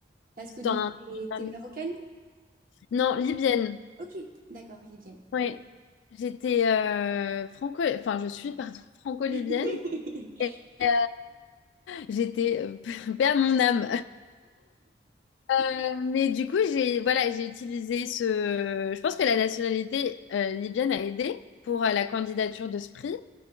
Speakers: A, on the right; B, on the left.
A: Parce
B: si
A: que donc,
B: tu as entendu
A: t'es,
B: parler.
A: t'es marocaine?
B: Non, libyenne.
A: Ok. D'accord, libyenne.
B: Oui.
A: Ok.
B: J'étais euh, franco, enfin je suis, pardon, <laughs> franco-libyenne.
A: <laughs>
B: Et, euh, J'étais euh, <laughs> père mon âme. Euh, mais du coup, j'ai voilà, j'ai utilisé ce. Je pense que la nationalité euh, libyenne a aidé pour euh, la candidature de ce prix